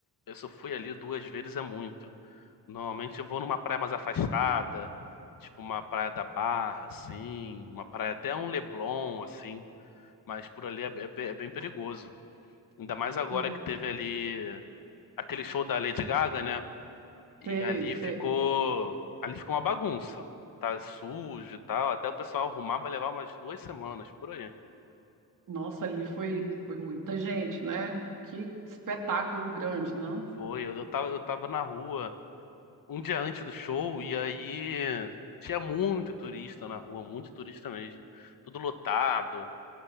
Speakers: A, on the left (about 70°); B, on the right (about 60°).
A: eu só fui ali duas vezes é muito. Normalmente eu vou numa praia mais afastada, tipo uma praia da Barra, assim, uma praia até um Leblon, assim, mas por ali é, é pe- é bem perigoso. Ainda mais agora
B: Hum,
A: que teve ali aquele show da Lady Gaga, né? E
B: sei,
A: ali
B: sei.
A: ficou, ali ficou uma bagunça. Tá sujo e tal, até o pessoal arrumar vai levar umas duas semanas por aí.
B: Nossa, ali foi, foi muita gente, né? Que espetáculo grande, não?
A: Foi, eu eu tava, eu tava na rua um dia antes do show e aí tinha muito turista na rua, muito turista mesmo, tudo lotado.